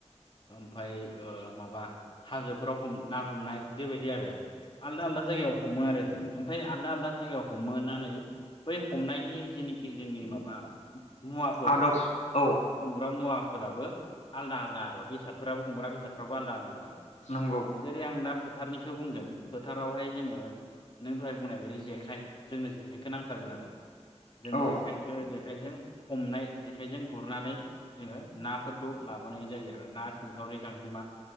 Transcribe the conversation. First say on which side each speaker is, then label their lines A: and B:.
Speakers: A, on the left; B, on the left.
A: ओमफाय ओ माबा हाजोफोराव हमना हमनाय बेबायदि आरो आलदा आलदा जायगायाव हमो आरो जों ओमफाय आलादा आलादा जायगायाव हमहनानै बै हमनायनि जेनेखि जोंनि माबा मुवाफोर
B: आदब औ
A: हमग्रा मुवाफोराबो आलदा आलदा आरो बेसादफोराबो हमग्रा बेसादफोराबो आलादा आलादा
B: नंगौ
A: ओरै आं दा फोथारनिखौ बुंगोन फोथारावहाय जोङो नों दहाय बुंनाय बायदि जेखाय जोंनो जेखाइखौ नांथारगोन आरो जों
B: औ
A: जेखायखौ जे जेखाइजों हमनाय जेखाइजों गुरनानै जोङो नाफोरखौ लाबोनाय जायो आरो ना सिंखावरि गांजेमा